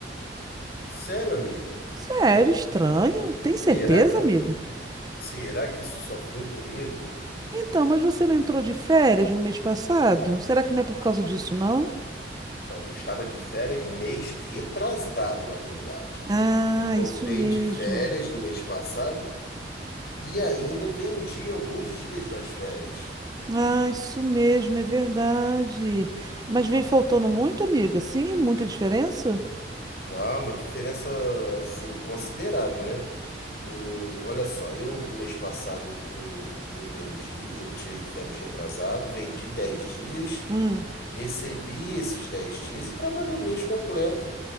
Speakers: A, on the left; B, on the right.
A: Sério, amiga?
B: Sério, estranho. Tem certeza,
A: Será que,
B: amigo?
A: será que isso só foi comigo?
B: Então, mas você não entrou de férias no mês passado? Será que não é por causa disso, não?
A: Então, eu estava de férias mês retrasado, na verdade.
B: Ah,
A: Voltei
B: isso mesmo.
A: de férias no mês passado e ainda vendi alguns dias das férias.
B: Ah, isso mesmo, é verdade. Mas veio faltando muito, amigo, assim? Muita diferença?
A: Ah, uma diferença assim considerável, né? O, olha só, eu no mês passado eu, eu vendi, eu tirei férias retrasado, vendi 10 dias,
B: Hum.
A: recebi esses 10 dias e trabalhei o mês completo.